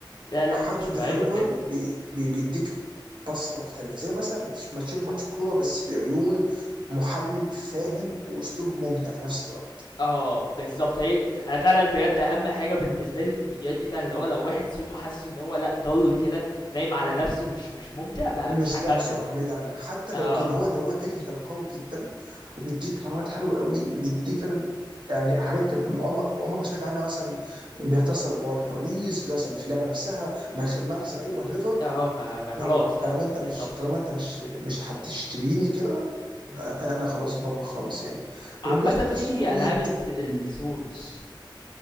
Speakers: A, on the left; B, on the right.
A: لا لا
B: حد
A: مش
B: ديفلوبر
A: طبيعيه بجد
B: بي بي بيديك بصه مختلفه زي مثلا ما تش- ما تشوف ماتش كوره بس بعيون محلل فاهم واسلوبه ممتع في نفس الوقت
A: اه بالظبط هي انا فعلا بجد اهم حاجه بالنسبه لي في الفيديوهات دي فعلا اللي هو لو واحد صوته حاسه ان هو لا ضل كده نايم على نفسه مش مش ممتع بقى
B: مش
A: مش هكمل
B: لا شكرا بعيد عنها حتى
A: اه
B: لو تقول هو اللي هو تكنيكال قوي جدا وبيديك معلومات حلوه قوي وبيديك فعلا يعني حاجات انت عمرك عمرك ما سمعت عنها مثلا بتحصل ورا الكواليس بتحصل في اللعبه نفسها مغ- مغزى ايوه ريفر
A: اه ما, ما خلاص
B: نو no. طالما
A: لا بالظبط
B: انت مش طالما انت مش مش هتشتريني كده
A: م- م.
B: أ- انا خلاص بره خالص يعني
A: عامه
B: بمناسبه
A: في
B: اساسن كريد
A: العاب الز- السولز